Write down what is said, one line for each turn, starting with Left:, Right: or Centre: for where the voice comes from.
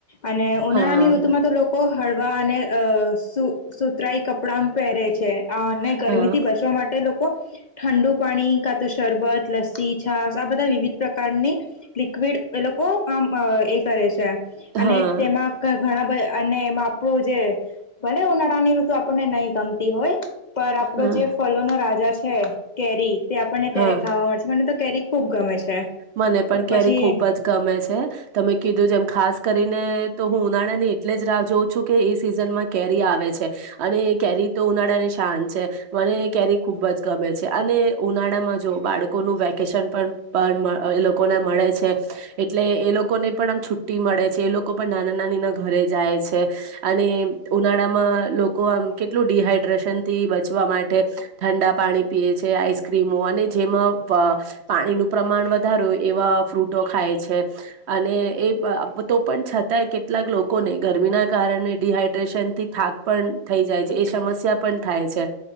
Left: અને ઉનાળા
Right: હા.
Left: ની ઋતુ માં તો લોકો હળવા અને અ સુ સુતરાઈ કપડા પહેરે છે. ને ગરમી
Right: હા
Left: થી બચવા માટે લોકો ઠંડુ પાણી કા તો શરબત લેશે. છાસ આ બધા વિવિધ પ્રકારની લિક્વિડ એ લોકો આમ અ એ કરે છે
Right: હા
Left: અને તેમાં ઘણા મા અને એમાં આપણું જે ભલે ઉનાળાની ઋતુ આપણને નહી ગમતી હોય પર આપડો
Right: હા
Left: જે ફલો નો રાજા છે કેરી તે આપણને ત્યારે
Right: હા
Left: ખાવા મળેશે મને કેરી ખુબ ગમે છે.
Right: મને પણ
Left: પછી
Right: ક્યારે ખુબ જ ગમે છે. તમે કીધું જેમ ખાસ કરીને તો હું ઉનાળા ની એટલે જ રાહ જોઉં છું કે એ સિઝન માં કેરી આવે છે. અને કેરી તો ઉનાળા ની શાન છે મને કેરી ખુબ જ ગમે છે અને ઉનાળા માં જો બાળકોનું વેકેશન પણ પણ એ લોકોને મળે છે એટલે એ લોકોને પણ છુટ્ટી મળે છે એ લોકો પણ નાના નાની ના ઘરે જાય છે અને ઉનાળા માં લોકો આમ કેટલું ડિહાઈડ્રેશન થી બચવા માટે ઠંડા પાણી પીએ છે આઈસક્રીમો અને જેમાં પ‌ પાણીનું પ્રમાણ વધારે હોય એવા ફ્રૂટો ખાય છે અને એ તો પણ છતાંય કેટલા કેટલાક લોકોને ગરમીના કારણે ડીહાઈડ્રેશન થી થાક પણ થઈ જાય છે એ સમસ્યા પણ થાય છે.